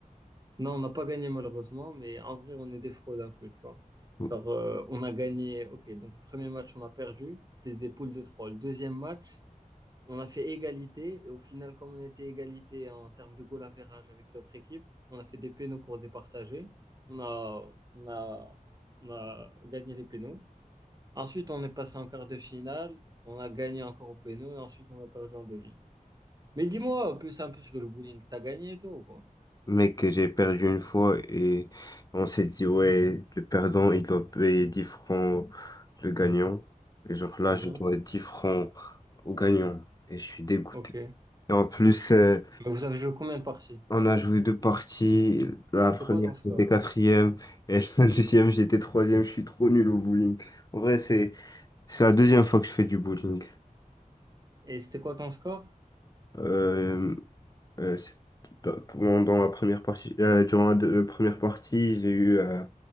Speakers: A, on the right; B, on the left.
A: Non, on n'a pas gagné malheureusement, mais en vrai, on est des fraudes un peu, tu vois.
B: Ok.
A: Genre, euh, on a gagné, ok, donc le premier match, on a perdu, c'était des poules de trois. Le deuxième match, on a fait égalité, et au final, comme on était égalité en termes de goal average avec l'autre équipe, on a fait des pénaux pour départager. On a, on a, on a gagné les pénaux. Ensuite, on est passé en quart de finale, on a gagné encore au pénaux, et ensuite, on a perdu en demi. Mais dis-moi, plus un peu sur le bowling, t'as gagné toi ou pas?
B: mais que j'ai perdu une fois et on s'est dit, ouais, le perdant, il doit payer 10 francs le gagnant. Et genre là,
A: Mhm.
B: je dois 10 francs au gagnant et je suis dégoûté.
A: Ok.
B: Et en plus, euh,
A: Mais vous avez joué combien de parties?
B: on a joué deux parties. La première,
A: C'était quoi ton score?
B: j'étais quatrième et <laughs> la deuxième, j'étais troisième. Je suis trop nul au bowling. En vrai, c'est, c'est la deuxième fois que je fais du bowling.
A: Et c'était quoi ton score?
B: Euh, Euh, c'est- dans, pendant- dans la première partie, euh, durant la deux- première partie, j'ai eu, euh,